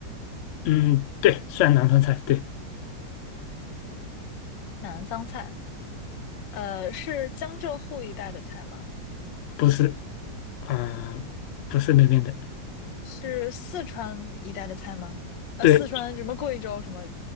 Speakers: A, on the left; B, on the left.
A: 嗯，对，算南方菜，对，
B: 南方菜。呃，是江浙沪一带的菜吗？
A: 不是，啊、不是那边的，
B: 是四川一带的菜吗？呃，
A: 对
B: 四川什么贵州什么